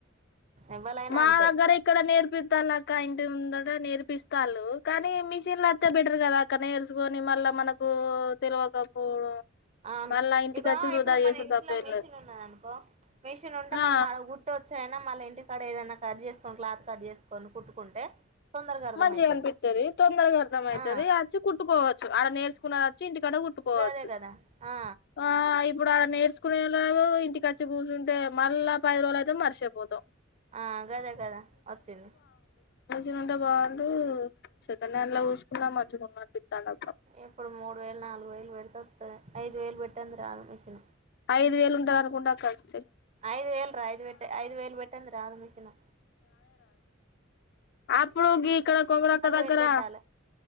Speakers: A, on the right; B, on the left.
A: ఎవ్వలైనా
B: మా
A: అంతే
B: దగ్గర ఇక్కడ నేర్పిిద్దల కా ఇ ఇ ఉందట నేర్పిస్తాలు కానీ మిషన్ లోతే కదా అక్క నేర్చుకొని మళ్ళ మనకు తెలవకపోవడం
A: అవును
B: మళ్ళా ఇంటికచ్చి
A: ఇక
B: వృధా
A: ఇప్పుడు మన
B: చేసుడు
A: ఇంట్లో
B: తప్ప ఏం
A: మెషన్
B: లేదు
A: ఉన్నద అనుకో మెషన్ ఉంటే
B: ఆ
A: మనం అడ గుట్ వచ్చాైనా మళ్ళా ఇంటికాడ ఏదైనా కట్ చేసుకొని క్లాత్ కట్ చేసుకని కుట్టుకుంటే తొందరగా అర్థమయితది
B: మంచిగా అనిపిస్తుది తొందరగా అర్థంమవుతుది
A: ఆ
B: వచ్చి కుట్టుకోవచ్చు ఆడ నేర్చుకున్న వచ్చి ఇంటికాడ కుట్టుకోవచ్చు
A: గదే కదా ఆ
B: ఆ ఇప్పుడు ఆడ నేర్చు కునేళ్ ఇంటికిచ్చి కూర్చుంటే మళ్ళా పది రోజులు అయితే మరిచేపోతాం
A: ఆ కదా కదా వచ్చింది
B: వ చిినంట వాళ్ళ సెకండ్ హ్యాండ్ లా చూసుకుందా మితున్నతనర్థం
A: ఇప్పుడు మూడు వేలు నాలుగు వేలు పెడితే ఐదు వేలు పెట్ట అందు రాదు వేసిన
B: ఐదు వేలు ఉంటంది అనుకుంటడా స
A: ఐదు వేలరా ఐదు వట ఐదు వేలు పెట్టందరా అదిమకినా
B: అప్పుడుగ ఇక్కడ కొంగరక దగర
A: వేలు పెట్టాలి